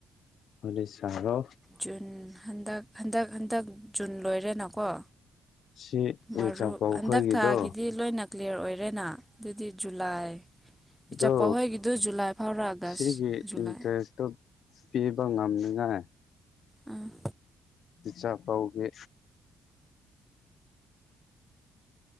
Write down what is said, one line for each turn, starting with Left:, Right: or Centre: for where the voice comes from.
Left: ꯍ ꯁꯥꯔꯣ
Centre: ꯖꯨꯟ ꯍꯟꯗꯛ ꯍꯟꯗꯛ ꯍꯟꯗꯛ ꯖꯨꯟ ꯂꯣꯏꯔꯦꯅꯀꯣ
Left: ꯁꯤ
Centre: ꯃꯔꯨꯞ
Left: ꯎ ꯆꯝꯄꯥꯎ ꯑꯩꯈꯣꯏꯒꯤꯗꯣ
Centre: ꯍꯟꯗꯛ ꯊꯥꯒꯤꯗꯤ ꯂꯣꯏꯅ ꯀ꯭ꯂꯤꯌꯥꯔ ꯑꯣꯏꯔꯦꯅ ꯑꯗꯨꯗꯤ ꯖꯨꯂꯥꯏ
Left: ꯑꯗꯣ
Centre: ꯏꯆꯥꯄꯥꯎ ꯍꯣꯏꯒꯤꯗꯨ ꯖꯨꯂꯥꯏ ꯐꯥꯎꯔ ꯑꯥꯒꯁ
Left: ꯁꯤꯒꯤ
Centre: ꯖꯨꯂꯥꯏ
Left: ꯏꯟꯇꯔꯦꯁꯇꯣ ꯄꯤꯕ ꯉꯝꯅꯤ ꯌꯥ
Centre: ꯑꯝ
Left: ꯄꯤꯆꯥꯥ ꯄꯥꯎꯒꯦ